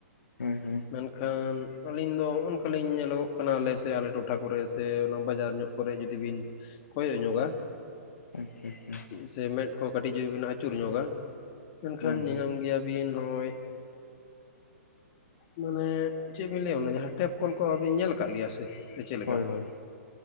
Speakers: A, on the left; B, on the left.
A: ᱦᱩᱸ ᱦᱩᱸ ᱾
B: ᱢᱮᱱᱠᱷᱟᱱ ᱟᱹᱞᱤᱧ ᱫᱚ ᱱᱚᱜᱼᱚ ᱱᱚᱠᱟ ᱞᱤᱧ ᱧᱮᱞᱚᱜᱚᱜ ᱠᱟᱱᱟ ᱟᱞᱮ ᱥᱮ, ᱟᱞᱮ ᱴᱚᱴᱷᱟ ᱠᱚᱨᱮ ᱥᱮ ᱚᱱᱟ ᱵᱟᱡᱟᱨ ᱧᱚᱜ ᱠᱚᱨᱮ ᱡᱩᱫᱤ ᱵᱤᱱ ᱠᱚᱭᱚᱜ ᱧᱚᱜᱟ?
A: ᱟᱪᱪᱷᱟ ᱦᱮᱸ!
B: ᱪᱮ ᱢᱮᱫ ᱠᱚ ᱠᱟᱹᱴᱤᱡ ᱮᱵᱤᱱ ᱟᱹᱪᱩᱨ ᱧᱚᱜᱟ, ᱢᱮᱱᱠᱷᱟᱱ
A: ᱦᱳᱭ ᱦᱳᱭ
B: ᱧᱮᱧᱟᱢ ᱜᱮᱭᱟᱵᱤᱱ ᱱᱚᱜᱼᱚᱭ ᱢᱟᱱᱮ ᱪᱮᱫ ᱵᱤᱱ ᱞᱟᱹᱭᱟ ᱚᱱᱟ ᱡᱟᱦᱟᱸ ᱴᱮᱯ ᱠᱚᱞ ᱠᱚᱵᱤᱱ ᱧᱮᱞ ᱠᱟᱜ ᱜᱮᱭᱟ ᱥᱮ ᱥᱮ ᱪᱮᱞᱮᱠᱟ?
A: ᱦᱳᱭ ᱦᱳᱭ